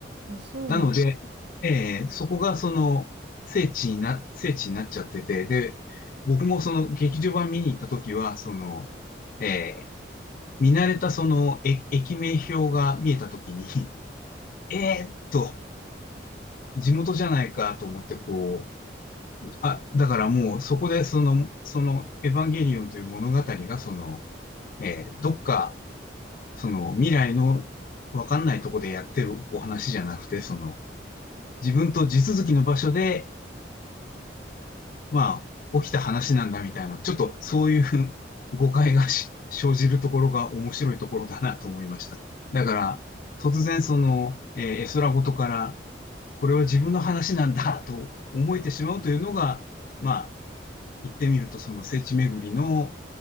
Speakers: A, on the right (about 80°); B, on the left (about 50°).
A: あ、そうなん、
B: なので、えーそこがその聖地にな、聖地になっちゃってて、で、僕もその劇場版見に行った時は、その、えー見慣れたそのえ駅名表が見えたときに、<laughs> えーっと、地元じゃないかと思ってこう、あ、だからもうそこでその、そのエヴァンゲリオンという物語がその、えーどっか、その未来のわかんないとこでやってるお話じゃなくて、その、自分と地続きの場所でまあ、起きた話なんだみたいな、ちょっとそういう <laughs> 誤解がし生じるところが面白いところだなと思いました。だから、突然その、えー絵空事から、これは自分の話なんだと思えてしまうというのが、まあ、言ってみるとその聖地巡りの